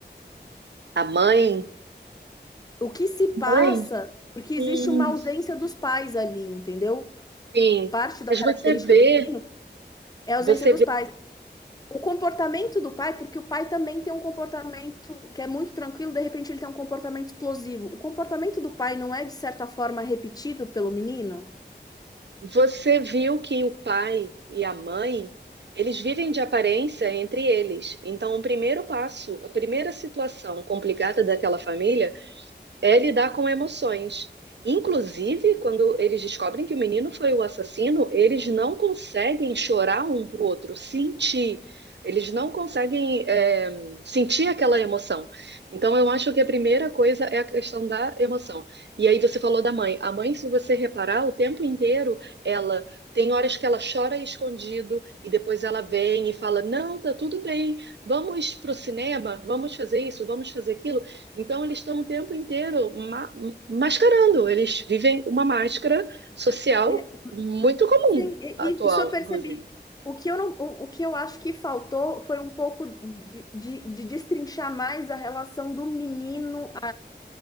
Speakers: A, on the right; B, on the left.
A: A mãe,
B: O que se
A: Mãe,
B: passa? Porque existe
A: hum,
B: uma ausência dos pais ali, entendeu?
A: sim.
B: Parte da
A: Mas
B: característica
A: você vê,
B: do menino é a ausência
A: você
B: dos
A: vê,
B: pais. O comportamento do pai, porque o pai também tem um comportamento que é muito tranquilo, de repente ele tem um comportamento explosivo. O comportamento do pai não é, de certa forma, repetido pelo menino?
A: você viu que o pai e a mãe, eles vivem de aparência entre eles. Então, o primeiro passo, a primeira situação complicada daquela família é lidar com emoções. Inclusive, quando eles descobrem que o menino foi o assassino, eles não conseguem chorar um para o outro, sentir. Eles não conseguem é, sentir aquela emoção. Então, eu acho que a primeira coisa é a questão da emoção. E aí, você falou da mãe. A mãe, se você reparar, o tempo inteiro, ela tem horas que ela chora escondido e depois ela vem e fala: Não, tá tudo bem, vamos pro cinema, vamos fazer isso, vamos fazer aquilo. Então, eles estão o tempo inteiro ma- mascarando, eles vivem uma máscara social
B: É,
A: muito comum,
B: Sim, e-
A: atual,
B: e- isso eu percebi.
A: inclusive.
B: O que eu não, o, o que eu acho que faltou foi um pouco de, de, de destrinchar mais a relação do menino